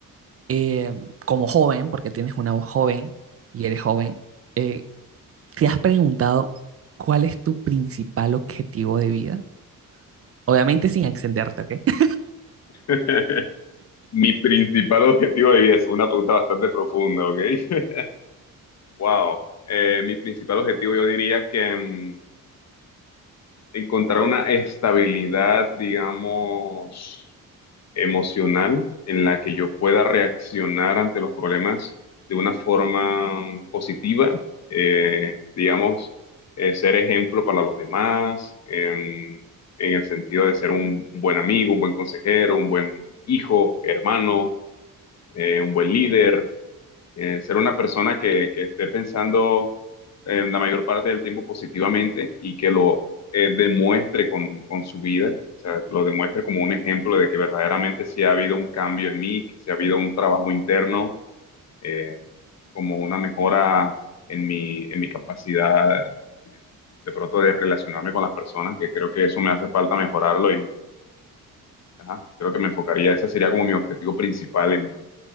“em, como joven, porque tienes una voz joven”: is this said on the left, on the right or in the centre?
Right